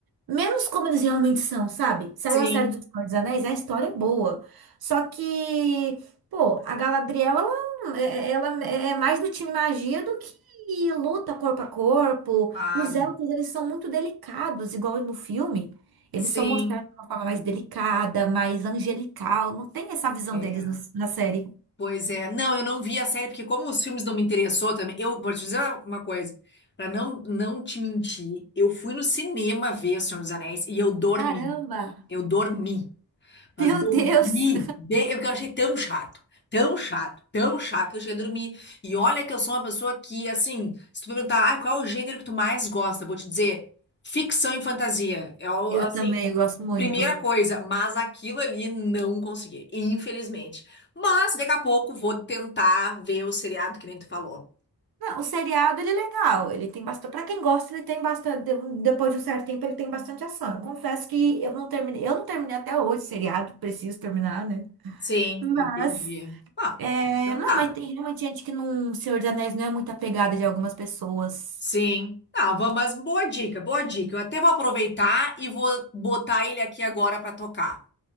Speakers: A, on the right; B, on the left.
A: menos como eles realmente são, sabe? Saiu
B: Sim,
A: a série do Senhor dos Anéis, a história é boa. Só que, pô, a Galadriel, ela, é- é, ela é mais do time magia do que luta corpo a corpo.
B: claro.
A: E os elfos, eles são muito delicados, igual no filme. Eles
B: Sim.
A: são mostrados de uma forma mais delicada, mais angelical. Não tem essa visão
B: É.
A: deles no- na série.
B: Pois é. Não, eu não vi a série, porque como os filmes não me interessou também, eu vou te dizer uma coisa, para não, não te mentir, eu fui no cinema ver O Senhor dos Anéis e eu dormi.
A: Caramba!
B: Eu dormi. Mas
A: Meu
B: dormir,
A: Deus!
B: bem, é porque eu achei tão chato, tão chato, tão chato que eu cheguei a dormir. E olha que eu sou uma pessoa que, assim, se tu perguntar, ah, qual é o gênero que tu mais gosta? Eu Vou te dizer, ficção e fantasia. É, o-
A: Eu
B: assim,
A: também gosto muito.
B: primeira coisa, mas aquilo ali não consegui, infelizmente. Mas daqui a pouco vou tentar ver o seriado que nem tu falou.
A: Não, o seriado ele é legal, ele tem bastante. Pra quem gosta, ele tem bastante. de- Depois de um certo tempo, ele tem bastante ação. Eu Confesso que eu não terminei, eu não terminei até hoje o seriado, preciso terminar, né?
B: Sim,
A: Mas,
B: entendi. Ah,
A: é,
B: então
A: não,
B: tá.
A: mas tem realmente gente que não, Senhor dos Anéis não é muito apegada de algumas pessoas.
B: Sim. Ah, va- mas boa dica, boa dica. Eu até vou aproveitar e vou botar ele aqui agora para tocar.